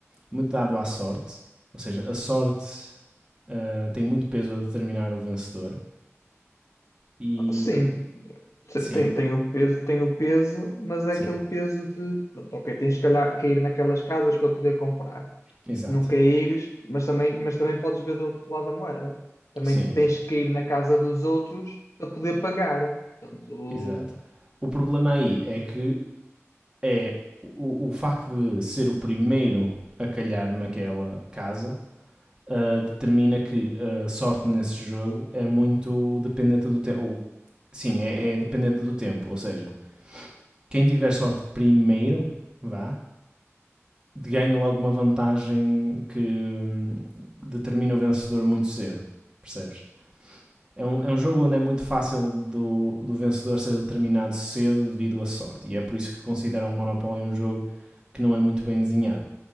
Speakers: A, on the right (about 20°); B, on the left (about 85°).
A: muito dado à sorte. Ou seja, a sorte ah, tem muito peso a determinar o vencedor. E
B: Sim,
A: sim,
B: tem, tem o peso, tem o peso, mas é
A: sim,
B: aquele peso de, pronto, ok, tens que calhar cair naquelas casas para poder comprar.
A: exato.
B: Se não caíres, mas também, mas também podes ver do outro lado da moeda. Também
A: Sim, então,
B: tens que cair na casa dos outros para poder pagar. Portanto,
A: exato. O problema aí é que é o, o facto de ser o primeiro a calhar naquela casa ah, determina que a sorte nesse jogo é muito dependente do tempo. Ou, sim, é, é dependente do tempo. Ou seja, quem tiver sorte primeiro, vá, ganha logo uma vantagem que hum, determina o vencedor muito cedo. Percebes? É um, é um jogo onde é muito fácil do, do vencedor ser determinado cedo devido à sorte. E é por isso que consideram o Monopoly um jogo que não é muito bem desenhado